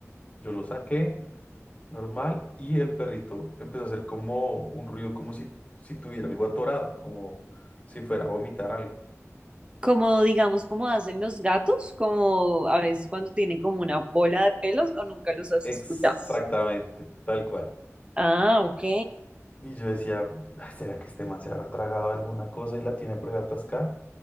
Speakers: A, on the left; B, on the right.
A: Yo lo saqué normal y el perrito empezó a hacer como un ruido, como si, si tuviera algo atorado, como si fuera a vomitar algo.
B: Como digamos, como hacen los gatos, como a veces cuando tienen como una bola de pelos o nunca los has
A: Exactamente,
B: escuchado.
A: tal cual.
B: Ah, ok.
A: Y yo decía, "Ay, ¿será que este man se habrá tragado alguna cosa y la tiene por ahí atascada?